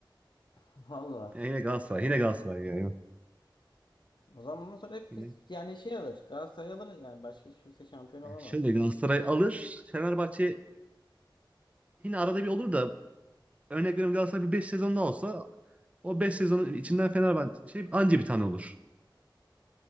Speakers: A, on the left (about 65°); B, on the right (about 15°).
A: <laughs> Valla.
B: Ya yine Galatasaray, yine Galatasaray yani.
A: O zaman bundan sonra hep
B: Yine
A: biz yani şey alır. Galatasaray alır yani başka hiç kimse şampiyon olamaz.
B: ya şöyle Galatasaray alır, Fenerbahçe yine arada bir olur da örnek veriyorum Galatasaray bir 5 sezonda olsa o 5 sezonun içinden Fenerbahçe şey anca bir tane olur.